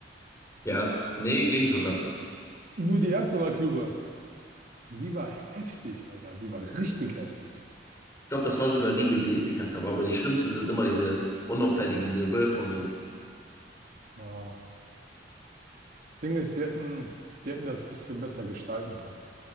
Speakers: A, on the left; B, on the right.
A: Ja, es, nee, ging sogar.
B: Nur die erste Walküre, die war heftig, Alter. Die war richtig heftig.
A: Ich glaube, das war sogar die, gegen die ich gekämpft habe. Aber die schlimmsten sind immer diese unauffälligen, diese Wölfe und so.
B: Ah. Ding ist, die hätten, die hätten das ein bisschen besser gestalten können.